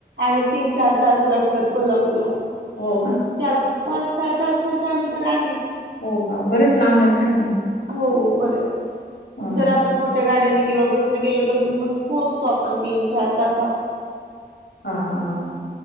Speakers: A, on the right; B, on the left.
A: आणि तीन चार तास लागतात कोल्हापूरला.
B: हो का
A: चार पाच सात वाजताच अंतर आहेच.
B: हो का? बरंच लांब आहे ना काय मग?
A: हो बरेच
B: हां.
A: जर आपण मोठ गाडीने किंवा बसने गेलो तर मग पोहोचतो आपण तीन चार तासात.
B: हा हा ह